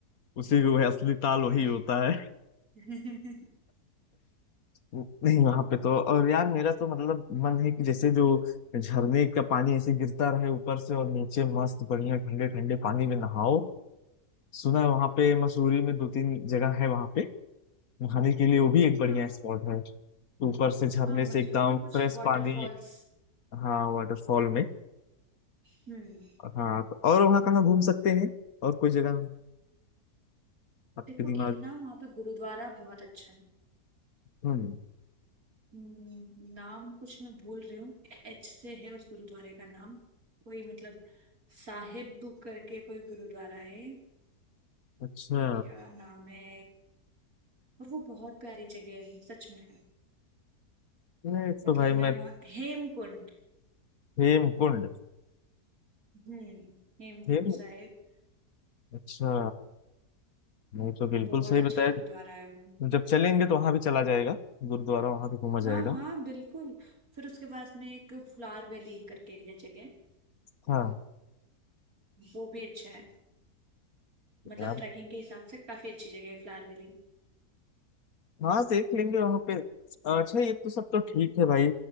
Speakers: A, on the left; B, on the right.
A: उसी वो असली ताल
B: ओके
A: वही होता है
B: <laughs> हम्म
A: नहीं वहां पे तो और यार मेरा तो मतलब मन है कि जैसे जो झरने का पानी ऐसे गिरता रहे ऊपर से और नीचे मस्त बढ़िया ठंडे ठंडे पानी में नहाओ सुना है वहां पे मसूरी में दो तीन जगह है वहां पे नहाने के लिए वो भी एक बढ़िया
B: हाँ
A: स्पॉट है ऊपर से झरने
B: हाँ मसूरी
A: से एकदम
B: में कुछ
A: फ्रेश
B: वाटरफॉल्स
A: पानी हाँ वाटरफॉल में
B: हम्म
A: और हाँ तो और वहाँ कहाँ घूम सकते हैं और कोई जगह आपके
B: देखो
A: दिमाग
B: एक ना वहाँ पे गुरुद्वारा बहुत अच्छा है
A: हम्म
B: हम्म, नाम कुछ मैं भूल रही हूँ एच से है उस गुरुद्वारे का नाम कोई मतलब साहिब करके कोई गुरुद्वारा है
A: अच्छा
B: क्या नाम है और वो बहुत प्यारी जगह है सच में
A: मैं तो
B: मतलब
A: भाई
B: मैं
A: मैं
B: वहाँ हेमकुंड
A: हेमकुंड
B: हम्म हेमकुंड
A: हेम
B: साहिब
A: अच्छा नहीं तो बिल्कुल
B: बहुत
A: सही
B: अच्छा
A: बताया
B: गुरुद्वारा है वो
A: जब चलेंगे तो वहां भी चला जाएगा गुरुद्वारा वहां भी घूमा
B: हाँ
A: जाएगा
B: हाँ बिल्कुल फिर उसके पास में एक फ्लावर वैली करके है जगह
A: हाँ
B: वो भी अच्छा है मतलब
A: यार
B: ट्रैकिंग के हिसाब से काफी अच्छी जगह है फ्लावर वैली
A: हाँ देख लेंगे वहां पे अच्छा ये तो सब तो ठीक है भाई